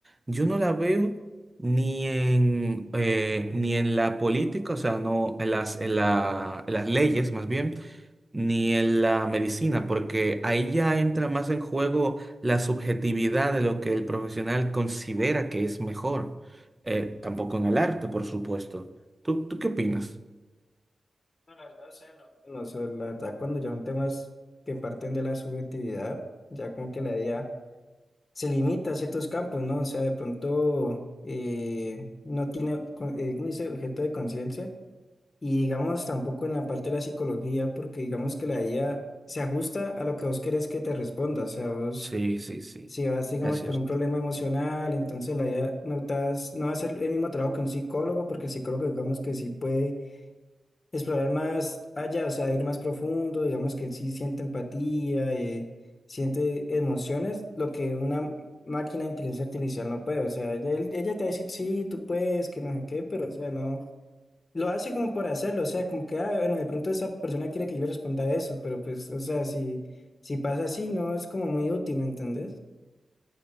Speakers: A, on the right (about 15°); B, on the left (about 40°).
A: yo no la veo ni en, eh, ni en la política, o sea, no, en las, en la- en las leyes más bien ni en la medicina, porque ahí ya entra más en juego la subjetividad de lo que el profesional considera que es mejor. Eh, tampoco en el arte, por supuesto. ¿Tú, tú qué opinas?
B: No, la verdad, o sea, no. No, o sea, la verdad, cuando ya son temas que parten de la subjetividad, ya como que la idea se limita a ciertos campos, ¿no? O sea, de pronto eh, no tiene, con- eh, ¿cómo dice? Objeto de conciencia. Y digamos, tampoco en la parte de la psicología, porque digamos que la IA se ajusta a lo que vos querés que te responda. O sea, vos,
A: Sí, sí, sí,
B: si vas, digamos,
A: es cierto.
B: por un problema emocional, entonces la IA no, te vas- no va a hacer el mismo trabajo que un psicólogo, porque el psicólogo, digamos, que sí puede explorar más allá, o sea, ir más profundo, digamos que él sí siente empatía, eh, siente emociones, lo que una máquina de inteligencia artificial no puede. O sea, ella, él- ella te va a decir, sí, tú puedes, que no sé qué, pero o sea, no. Lo hace como por hacerlo, o sea, como que, ah, bueno, de pronto esa persona quiere que yo le responda eso, pero pues, o sea, si, si pasa así, no es como muy útil, ¿me ¿entendés?